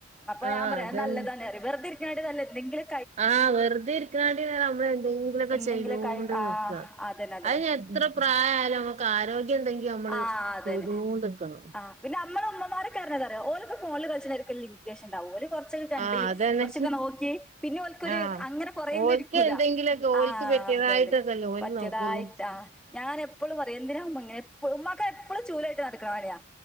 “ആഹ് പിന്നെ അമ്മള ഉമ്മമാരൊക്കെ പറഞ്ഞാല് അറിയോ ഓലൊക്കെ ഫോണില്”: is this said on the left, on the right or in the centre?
Centre